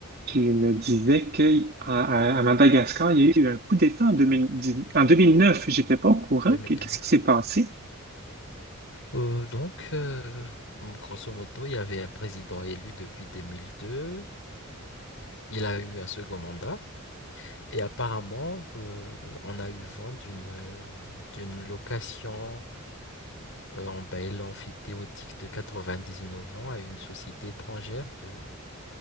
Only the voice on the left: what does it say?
2009.
Euh, donc, euh, grosso modo, il y avait un président élu depuis 2002. Il a eu un second mandat. Et apparemment, euh, on a eu vent d'une d'une location euh, en bail amphithéotique de 99 ans à une société étrangère de